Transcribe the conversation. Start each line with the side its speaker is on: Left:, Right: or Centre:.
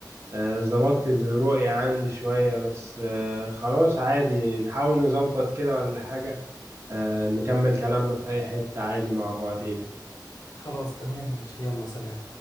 Right: آه، ظبطت الرؤية عندي شوية بس آه، خلاص عادي نحاول نظبط كده ولا حاجة آه، نكمل كلامنا في أي حتة عادي مع بعضين
Left: خلاص تمام ماشي يلا سلام